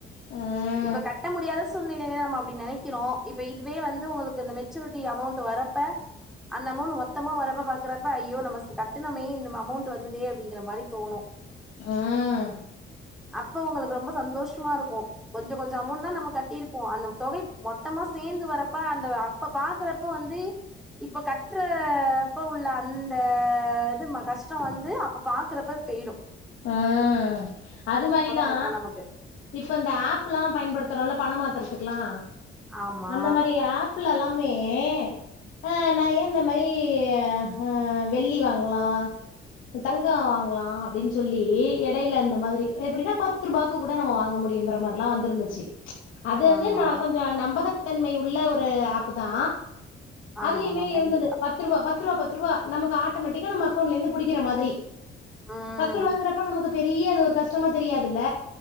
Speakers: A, on the left; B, in the centre.
A: ம்
B: இப்ப கட்ட முடியாத சூழ்நிலையில நம்ம அப்படி நெனைக்கிறோ இப்ப இதுவே வந்து உங்களுக்கு இந்த மெச்சூரிட்டி அமௌண்ட் வரப்ப அ அந்த அமௌண்ட் மொத்தமா வரப்ப பாக்குறப்ப ஐயோ நம்ம கட்டணமே இந்த அமௌண்ட் வந்ததே அப்டிங்கிற மாரி தோணு
A: ம்
B: அப்ப உங்களுக்கு ரொம்ப சந்தோஷமா இருக்கு கொஞ்ச கொஞ்ச அமௌண்ட் தா நம்ம கட்டியிருப்போ அந்த தொகை மொத்தமா சேந்து வரப்ப அந்த அப்ப பாக்குறப்ப வந்து இப்ப கட்ற அப்ப உள்ள அந்த இது கஷ்ட வந்து அப்ப பாக்குறப்ப பெய்டு
A: ம் அது மாரிதா
B: இருக்கு நமக்கு
A: இப்ப இந்த ஆப்ல்லா பயன்படுதுரோல பணமாத்துறதுக்கலா
B: ஆமா
A: அந்த மாரி ஆப்ல எல்லாமே ஏ அ நெறைய இந்த மாரி அ வெள்ளி வாங்கலா தங்க வாங்கலா அப்டின் சொல்லி எடையில அந்த மாதிரி எப்படினா பத்து ரூபாக்கு கூட நம்ம வாங்க முடியுங்கிற மாதிரிலா வந்திருந்தது அது வந்து
B: ஆமா
A: நா கொஞ்ச நம்பகத்தன்மை உள்ள ஒரு ஆப்பு தா
B: ஆமா
A: அதுலயுமே
B: ஆமா கண்டிப்பா
A: இருந்தது பத்து ரூபா பத் பத்து ரூவா பத்து ரூவா நமக்கு ஆட்டோமேட்டிக்கா நம் அக்கௌண்ட்ல இருந்து புடிக்கிற மாதிரி
B: ம்
A: பத்து ரூபாங்கிறப்ப நமக்கு பெரிய அது ஒரு கஷ்டமா தெரியாது தில